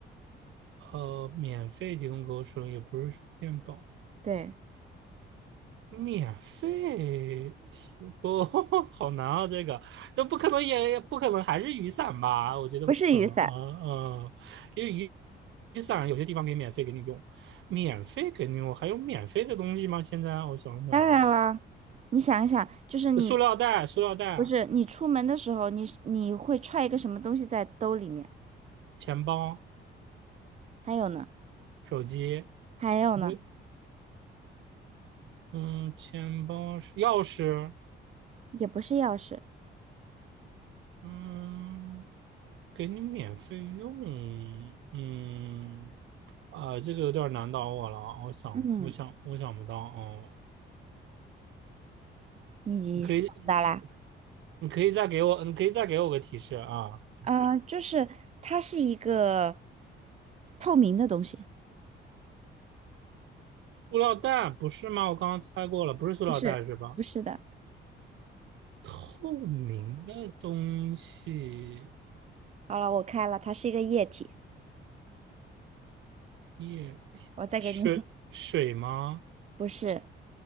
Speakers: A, on the right (about 70°); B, on the right (about 35°).
A: 呃，免费提供给我使用，也不是充电宝。
B: 对，
A: 免费提供，<laughs> 好难啊！这个这不可能也，也不可能还是雨伞吧？我觉得不可能，
B: 不是雨伞，
A: 嗯嗯，因为雨雨伞有些地方可以免费给你用，免费给你用，还有免费的东西吗？现在我想想啊，
B: 当然啦。你想一想，就是你
A: 塑料袋、塑料袋、
B: 不是，你出门的时候，你是你会揣一个什么东西在兜里面？
A: 钱包、
B: 还有呢？
A: 手机，
B: 还有呢？
A: 不对，嗯，钱包、钥匙，
B: 也不是钥匙。
A: 嗯，给你免费用，嗯，啊，这个有点难倒我了，我想，
B: 嗯，
A: 我想，我想不到，哦，
B: 你咋啦？
A: 你可以，你可以再给我，你可以再给我个提示啊，
B: 啊、就是它是一个透明的东西。
A: 塑料袋不是吗？我刚刚猜过了，不是塑料袋是吧？
B: 不是，不是的。
A: 透明的东西，
B: 好了，我开了，它是一个液体。
A: 液体，
B: 我再给你，
A: 水，
B: <laughs>
A: 水吗？
B: 不是